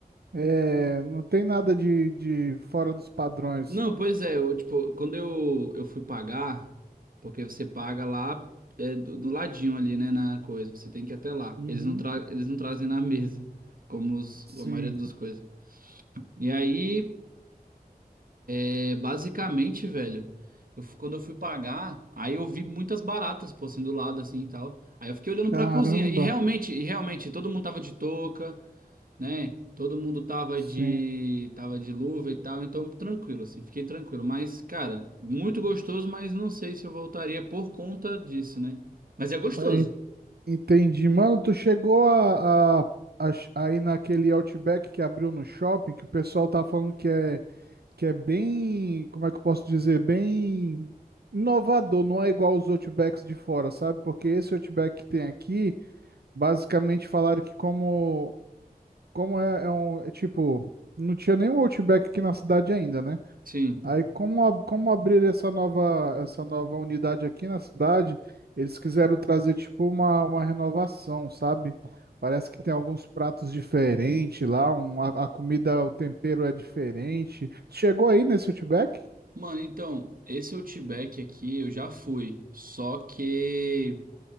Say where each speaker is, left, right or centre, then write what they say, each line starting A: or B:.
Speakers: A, on the right; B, on the right.
A: É, não tem nada de, de fora dos padrões.
B: Não, pois é. Eu, tipo, quando eu, eu fui pagar, porque você paga lá é, do, do ladinho ali, né, na coisa. Você tem que ir até lá.
A: Uhum,
B: Eles não, tra eles não trazem na mesa, como os-
A: sim.
B: a maioria das coisas. E aí. É, basicamente, velho, eu fu- quando eu fui pagar, aí eu vi muitas baratas, pô, assim, do lado, assim, e tal. Aí eu fiquei olhando pra
A: Caramba,
B: cozinha, e realmente, e realmente, todo mundo tava de touca, né? Todo mundo tava
A: sim.
B: de, tava de luva e tal, então tranquilo, assim, fiquei tranquilo. Mas, cara, muito gostoso, mas não sei se eu voltaria por conta disso, né? Mas é gostoso.
A: É, en- Entendi. Mano, tu chegou a, a, a, a ir naquele Outback que abriu no shopping, que o pessoal tá falando que é, que é bem, como é que eu posso dizer, bem inovador, não é igual os Outbacks de fora, sabe? Porque esse Outback que tem aqui, basicamente falaram que como, como é, é um, é tipo, não tinha nenhum Outback aqui na cidade ainda, né?
B: Sim.
A: Aí, como, ab- como abrir essa nova, essa nova unidade aqui na cidade, eles quiseram trazer, tipo, uma, uma renovação, sabe? Parece que tem alguns pratos diferentes lá, um, a, a comida, o tempero é diferente. Chegou aí nesse Outback?
B: Mano, então, esse Outback aqui eu já fui, só que...